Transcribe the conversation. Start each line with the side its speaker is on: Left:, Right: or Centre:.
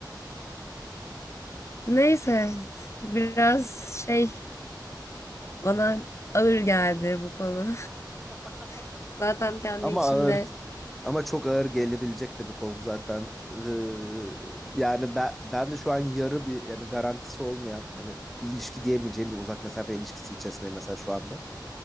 Left: Neyse biraz şey bana ağır geldi bu konu.
Centre: <laughs>
Left: <laughs> Zaten kendi
Centre: Ama
Left: içimde
Centre: ağır ama çok ağır gelebilecek tabii konu zaten. Ee, yani ben, ben de şu an yarı bir yani garantisi olmayan hani ilişki diyemeyeceğim bir uzak mesafe ilişkisi içerisindeyim mesela şu anda.